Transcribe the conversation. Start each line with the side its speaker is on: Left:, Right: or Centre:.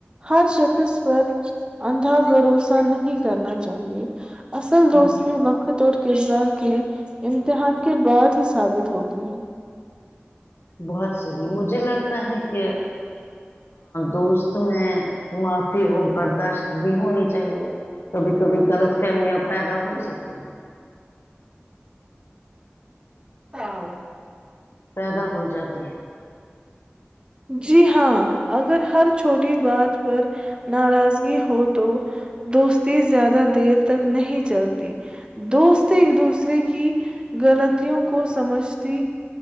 Right: ہر شخص پر اندھا بھروسہ نہیں کرنا چاہیے اصل
Left: ہے
Right: دوستی وقت اور کردار کے امتحان کے بعد <unintelligible> ا ثابت ہوتی ہیں <unintelligible>
Left: بہت صحی مجھے لگتا ہے کہ دوست میں معافی اور برداشت بھی ہونی چاہیے کبھی کبھی غلط فہمیاں پیدا
Right: ہے
Left: ہو سکتی ہیں <unintelligible>
Right: ہاں <unintelligible>
Left: پیدا ہو جاتی ہے <unintelligible>
Right: جی ہاں اگر ہر چھوٹی بار پر ناراضگی ہوتی <unintelligible> تو دوستی زیادہ دیر تک نہیں چلتی دوست ایک دوسرے کی غلطوں کو سمجھتی